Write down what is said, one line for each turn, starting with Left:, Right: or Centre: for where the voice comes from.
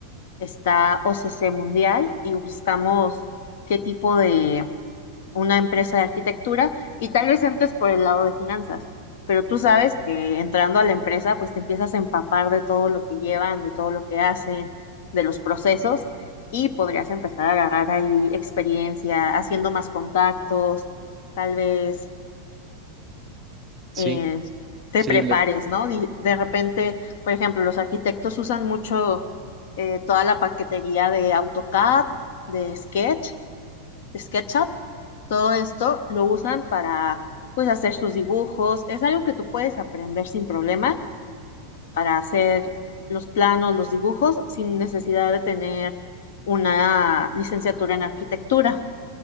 Left: está O C C Mundial y buscamos qué tipo de una empresa de arquitectura y tal vez entres por el lado de finanzas, pero tú sabes que entrando a la empresa, pues te empiezas a empapar de todo lo que llevan, de todo lo que hacen, de los procesos y podrías empezar a agarrar ahí experiencia, haciendo más contactos, tal vez
Right: Sí,
Left: eh, te
Right: sí,
Left: prepares,
Right: lo-
Left: ¿no? Di- De, repente, por ejemplo, los arquitectos usan mucho eh, toda la paquetería de AutoCAD, de Sketch, de SketchUp todo esto lo usan para, pues, hacer sus dibujos. Es algo que tú puedes aprender sin problema para hacer los planos, los dibujos, sin necesidad de tener una licenciatura en arquitectura.